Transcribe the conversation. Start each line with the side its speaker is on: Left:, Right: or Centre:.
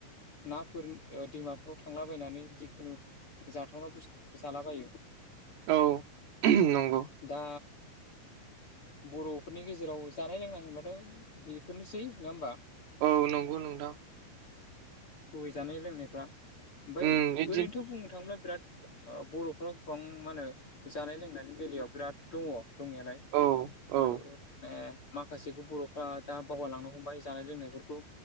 Left: नाफोर दैमाफोराव थांलाबायनानै जिखुनु जाथावना बसथु जालाबायो
Right: औ नंगौ
Left: दा बर'फोरनि गेजेराव जानाय लोंनाय होनबाथ' बेफोरनोसै नङा होमबा
Right: औ नंगौ नोंथां
Left: गय जानाय लोंनायफ्रा ओमफ्राय
Right: उम इदिन
Left: ओरैनोथ' बुंनो थाङोब्ला बिराद बर'फोरा गोबां मा होनो जानाय लोंनायनि बेलायाव बिराद दङ दंनायालाय खिन्थु
Right: औ औ
Left: माने माखासेखौ बर'फ्रा दा बावगलांनो हमबाय जानाय लोंनायफोरखौ